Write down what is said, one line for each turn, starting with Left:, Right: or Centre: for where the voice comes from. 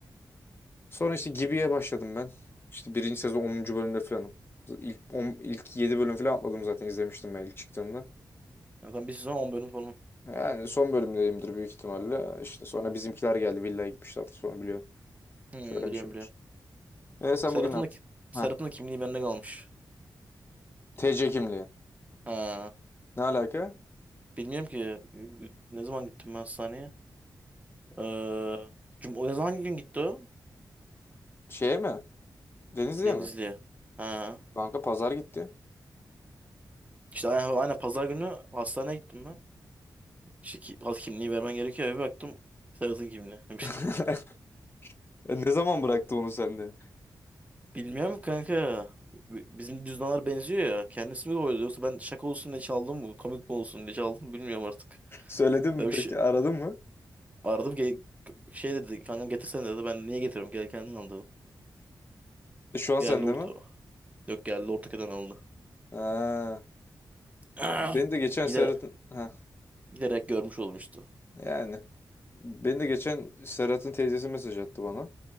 Left: Sonra işte Gibi'ye başladım ben. İşte birinci sezon onuncu bölümde falanım. İlk, on, ilk 7 bölüm falan atladım zaten izlemiştim ben ilk çıktığında.
Right: Zaten bir sezon 10 bölüm falan.
Left: Yani son bölümdeyimdir büyük ihtimalle. İşte sonra bizimkiler geldi. Villaya gitmişler. Sonra biliyorum.
Right: Hmm,
Left: Söylemişimdir.
Right: biliyorum biliyorum.
Left: E sen
Right: Serhat'ın
Left: bugün ne yaptın?
Right: da, Serhat'ın
Left: Ha.
Right: da kimliği bende kalmış.
Left: TC kimliği.
Right: Ha.
Left: Ne alaka?
Right: Bilmiyorum ki ne zaman gittim ben hastaneye. Ee, cum o ne zaman hangi gün gitti o?
Left: Şeye mi? Denizli'ye
Right: Denizli'ye.
Left: mi?
Right: Ha.
Left: Kanka pazar gitti.
Right: İşte aynen, aynen pazar günü hastaneye gittim İşte ki, al kimliği vermen gerekiyor. Bir baktım Serhat'ın kimliği. <laughs>
Left: <laughs> E, Ne zaman bıraktı onu sende?
Right: Bilmiyorum kanka. Bi- Bizim cüzdanlar benziyor ya. Kendisi mi koydu yoksa ben şaka olsun diye çaldım mı? Komik mi olsun diye çaldım mı bilmiyorum artık.
Left: Söyledin mi
Right: Öyle
Left: peki?
Right: bir şey
Left: Aradın mı?
Right: aradım. ge- şey dedi kanka getirsene dedi. Ben niye getiriyorum? Gel kendin al dedim.
Left: E, şu an sende
Right: Geldi orta.
Left: mi?
Right: Yok geldi ortaka'dan aldı. <clears throat>
Left: Ha.
Right: Ah!
Left: Beni de geçen
Right: Gider,
Left: Serhat'ın... Ha.
Right: giderek görmüş olmuştu.
Left: Yani. Beni de geçen Serhat'ın teyzesi mesaj attı bana.